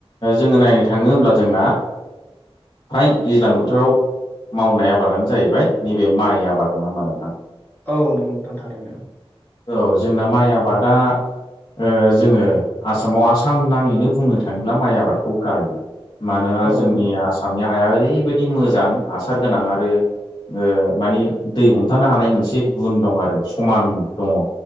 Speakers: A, on the left (about 45°); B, on the left (about 15°).
A: जोङो नायनो थाङो होमब्ला जोंना फ्राय दैज्लां बोथोराव मावनाय आबादानो जाहैबाय नैबे माइ आबाद नङा होमबा नोंथां
B: औ नोंगौ नोंथांथारैनो।
A: औ जोंना माइ आबादा ओ जोङो आसामाव आसा साम नाङैनो बुंनो थाङोब्ला माइ आबादखौ गायो मानोना
B: औ
A: जोंनि
B: नंगौ नोंथां
A: आसामनि हाया ओरैबाय दि मोजां हासार गोनां आरो ओ माने दै हमथानो हानाय मोनसे गुन दं आरो समान दङ